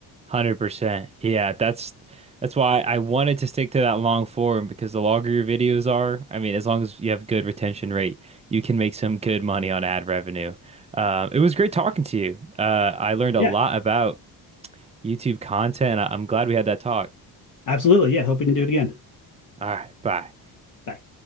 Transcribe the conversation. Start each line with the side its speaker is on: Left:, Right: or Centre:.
Right: 100%. Yeah, that's that's why I wanted to stick to that long form because the longer your videos are, I mean, as long as you have good retention rate, you can make some good money on ad revenue. Uh, it was great talking to you. Uh, I learned a
Left: Yeah,
Right: lot about YouTube content. I I'm glad we had that talk.
Left: absolutely. Yeah, hope we can do it again.
Right: All right, bye.
Left: Bye.